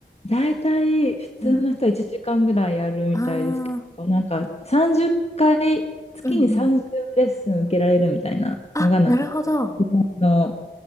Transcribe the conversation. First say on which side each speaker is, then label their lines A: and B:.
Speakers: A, on the left; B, on the left.
A: 大体普通の人は1時間ぐらいやるみたいですけど、
B: うん。ああ、
A: なんか30回、月に30レッスン受けられるみたいなのが、
B: うんうん。あ、
A: なんか
B: なるほど。
A: 自分の、